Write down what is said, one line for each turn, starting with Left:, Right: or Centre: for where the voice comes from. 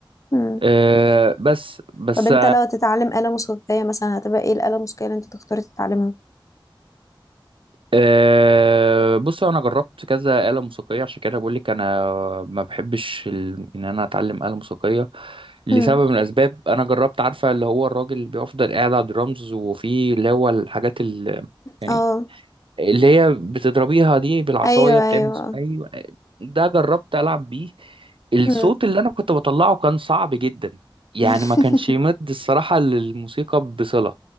Left: امم
Right: آه، بس بس
Left: طب انت لو تتعلم آلة موسيقية مثلا هتبقى ايه الآلة الموسيقية اللي انت تختار تتعلمها
Right: أه بص انا جربت كذا آلة موسيقية عشان كده بقول لك انا ما بحبش ال... ان انا اتعلم آلة موسيقية لسبب
Left: امم
Right: من الاسباب انا جربت عارفة اللي هو الراجل اللي بيفضل قاعد على الدرامز وفي اللي هو الحاجات ال... يعني
Left: اه
Right: اللي هي بتضربيها دي بالعصاية
Left: ايوه
Right: بتعمل
Left: ايوه
Right: ايوه ده جربت العب بيه الصوت
Left: امم
Right: اللي انا كنت بطلعه كان صعب جدا يعني
Left: <laughs>
Right: ما كانش يمد الصراحة للموسيقى بصلة